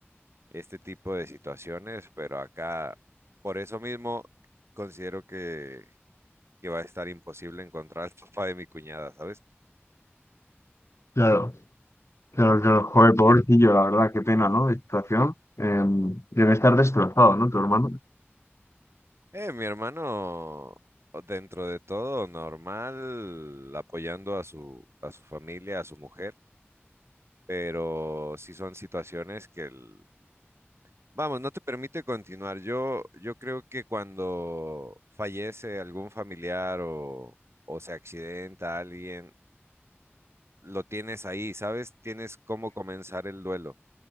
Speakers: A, on the right; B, on the left.
A: este tipo de situaciones, pero acá por eso mismo considero que, que va a estar imposible encontrar al papá de mi cuñada, ¿sabes?
B: Claro, claro, claro. Joder, pobrecillo, la verdad, qué pena, ¿no? De situación. Eh, debe estar destrozado, ¿no? Tu hermano.
A: Eh, mi hermano, dentro de todo, normal, apoyando a su, a su familia, a su mujer, pero sí son situaciones que... el Vamos, no te permite continuar. Yo, yo creo que cuando fallece algún familiar o, o se accidenta alguien, lo tienes ahí, ¿sabes? Tienes cómo comenzar el duelo.